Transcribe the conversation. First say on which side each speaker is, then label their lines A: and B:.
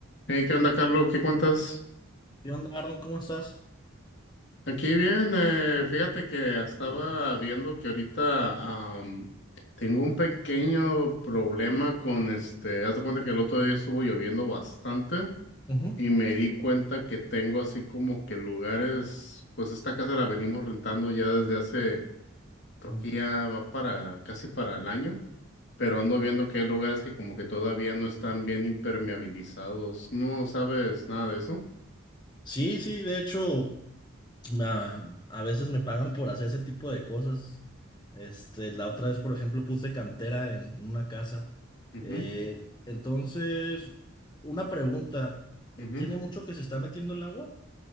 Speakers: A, on the left; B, on the left.
A: Hey, ¿qué onda, Carlos? ¿Qué cuentas?
B: ¿Qué onda, Arnold? ¿Cómo estás?
A: Aquí bien, eh, fíjate que estaba
B: Le dices.
A: viendo que ahorita am, tengo un pequeño problema con este, haz de cuenta que el otro día estuvo lloviendo bastante
B: Ujú.
A: y me di cuenta que tengo así como que lugares, pues esta casa la venimos rentando ya desde hace, creo
B: Ujú.
A: que ya va para casi para el año, pero ando viendo que hay lugares que como que todavía no están bien impermeabilizados. ¿No sabes nada de eso?
B: Sí, sí, de hecho, a, a veces me pagan por hacer ese tipo de cosas. Este, la otra vez, por ejemplo, puse cantera en una casa.
A: Ujú,
B: Eh, entonces, una pregunta, eh,
A: ujú.
B: ¿tiene mucho que se está metiendo el agua?